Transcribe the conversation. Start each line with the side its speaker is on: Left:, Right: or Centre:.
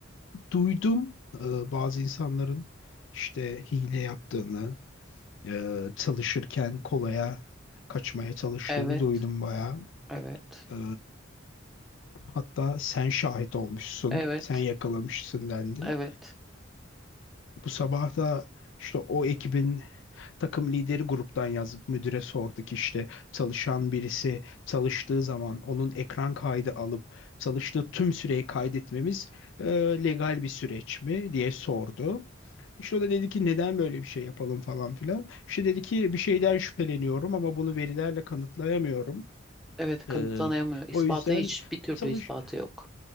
Left: Duydum e, bazı insanların işte hile yaptığını, e, çalışırken kolaya kaçmaya çalıştığını
Centre: Evet,
Left: duydum bayağı.
Centre: evet,
Left: E, hatta sen şahit olmuşsun,
Centre: evet,
Left: sen yakalamışsın dendi.
Centre: evet,
Left: Bu sabah da işte o ekibin Takım lideri gruptan yazıp müdüre sorduk işte çalışan birisi çalıştığı zaman onun ekran kaydı alıp çalıştığı tüm süreyi kaydetmemiz e, legal bir süreç mi diye sordu. İşte o da dedi ki neden böyle bir şey yapalım falan filan. İşte dedi ki bir şeyden şüpheleniyorum ama bunu verilerle kanıtlayamıyorum.
Centre: evet kanıtlanamıyor.
Left: Ee,
Centre: İspatı
Left: o yüzden
Centre: hiç bir türlü
Left: çalış
Centre: ispatı yok.